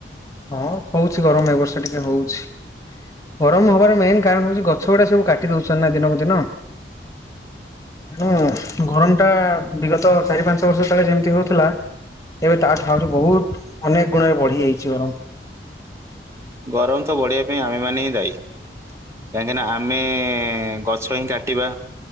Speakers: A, on the left (about 20°); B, on the right (about 15°).
A: ହଁ ହଉଛି ଗରମ ଏ ବର୍ଷ ଟିକେ ହଉଛି। ଗରମ ହବାର ମେନ୍ କାରଣ ହଉଛି ଗ ଛ ଗୁଡା ସବୁ କାଟି ଦଉଛନ୍ତି ନା ଦିନକୁ ଦିନ। ତେଣୁ ଗରମ ଟା ବିଗତ ଚାରି ପାଞ୍ଚ ବର୍ଷ ତଳେ ଯେମିତି ହଉଥିଲା। ଏବେ ତାଠୁ ଆଉରି ବହୁତ ଅନେକ ଗୁଣରେ ବଢି ଯାଇଛି ଗରମ।
B: ଗରମ ବଢିବା ପାଇଁ ଆମେମାନେ ହିଁ ଦାୟୀ। କାହିଁକିନା ଆମେ ଗଛ ହିଁ କାଟିବା।